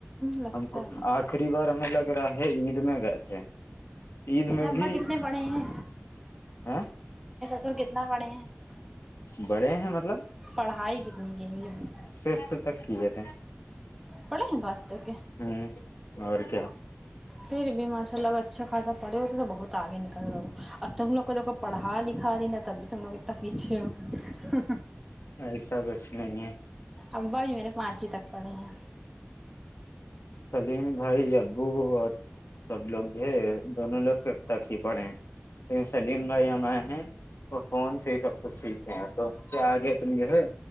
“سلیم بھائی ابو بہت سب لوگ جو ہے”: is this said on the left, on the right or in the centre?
Left